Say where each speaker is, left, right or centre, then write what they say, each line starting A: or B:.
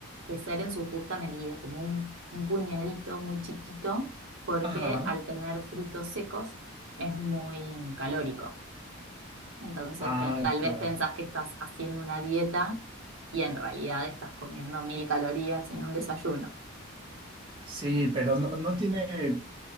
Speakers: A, on the right; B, on the right.
A: que ser en su justa medida, como un, un puñadito muy chiquito, porque
B: Ajá.
A: al tener frutos secos es muy calórico. Entonces,
B: Ah,
A: pe- tal
B: claro.
A: vez pensás que estás haciendo una dieta y en realidad estás comiendo mil calorías en un desayuno.
B: Sí, pero no, no tiene